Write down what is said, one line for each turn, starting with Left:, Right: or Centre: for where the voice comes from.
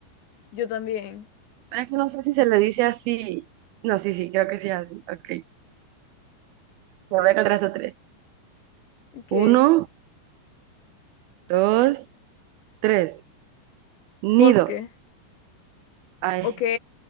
Left: Yo también.
Right: Es que no sé si se le dice así. No, sí, sí, creo que sí es así. Ok. Me voy a contar hasta tres.
Left: Ok.
Right: Uno, dos, tres.
Left: Bosque.
Right: Nido. Ay,
Left: Ok.